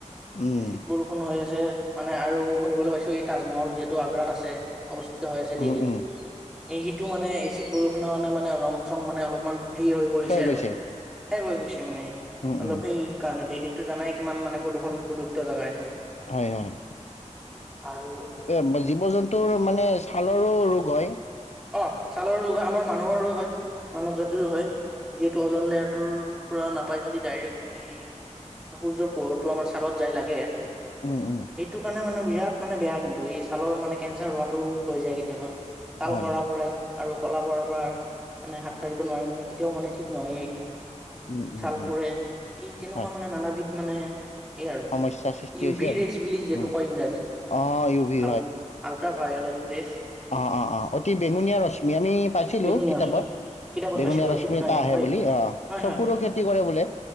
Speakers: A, on the left; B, in the centre.
A: উম
B: এচিদ বৰষুণ হৈ আছে। মানে আৰু শুনিবলৈ পাইছো এই তাজমহল যিহেতু আগ্ৰাত আছে- অৱস্থিত হৈ আছে দিল্লীত।
A: উম উম
B: এই সিটো মানে এচিদ বৰষুণৰ কাৰণে মানে ৰং চং মানে অলপমান- হেৰি হৈ পৰিছে
A: ক্ষয়
B: আৰু।
A: গৈছে
B: সেষ হৈ গৈছে মানে
A: উম
B: অলপ
A: উম
B: সেইকাৰণে ডেইলিত- এইটো জানাই কিমান মানে প্ৰদূষণ প্ৰদূষিত জাগা এইটো।
A: হয়, হয়।
B: আৰু
A: আৰু জীৱ জন্তু মা- নে ছালৰো ৰোগ হয়।
B: অ, ছালৰ ৰোগ হয়। আমাৰ মানুহৰ ৰোগ হয়। মানৱ জাতিৰো হয়। যিহেতু অজন লেয়াৰটোৰ পৰা নাপাই যদি ডাইৰেক্ট আমি- সূৰ্যৰ পোহৰটো আমাৰ ছালত যাই লাগে।
A: উম উম
B: সেইটো কাৰণে মানে বিৰাট- মানে বেয়া কিন্তু এই ছালৰ মানে কেঞ্চাৰ হোৱাটো হৈ যায় কেতিয়াবা। ছাল
A: হয়
B: কলা
A: হয়
B: পৰে- আৰু কলাপৰাৰ পৰা মানে হাত সাৰিব নোৱাৰিম মানে কেতিয়াও মানে ঠিক নহয় সেইটো।
A: উম উম
B: চাল
A: উম
B: পোৰে। সেই তেনেকুৱা
A: হয়
B: মানে নানাবিধ মানে- এই আৰু।
A: সমস্যাৰ সৃষ্টি
B: ইউ
A: হৈছে
B: ভি
A: আৰু
B: ৰেচ বুলি যিহেতু
A: উম
B: কয় ইংৰাজীত।
A: অঁ ইউ ভি
B: আৰু- আল্ট্ৰাভায়লট প্লেছ-
A: অ, অ, অ, অতি বেঙুনীয়া ৰশ্মি আমি পাইছিলো
B: বেঙুনীয়া
A: কিতাপত।
B: হৈছে কিতাপত
A: বেঙুনীয়া
B: পাইছিলো
A: ৰশ্মি
B: হয়তো
A: এটা
B: হয়
A: আহে
B: হয়
A: বুলি। অঁ
B: হয়
A: চকুৰো
B: হয়
A: খেতি কৰে বোলে।